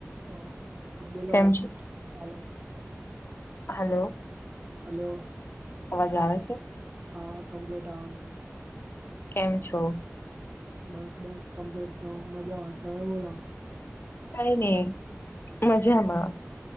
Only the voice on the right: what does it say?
હ આપ બોલો
હલ્લો.
હલ્લો.
હા કમ્પ્લીટ આવે છે.
બસ બસ કમ્પ્લીટ તો મજામાં તમે બોલો.